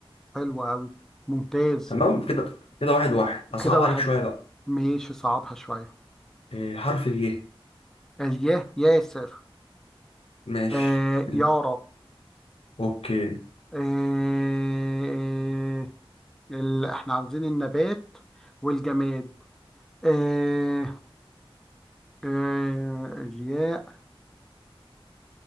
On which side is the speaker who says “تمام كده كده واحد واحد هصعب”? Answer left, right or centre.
Left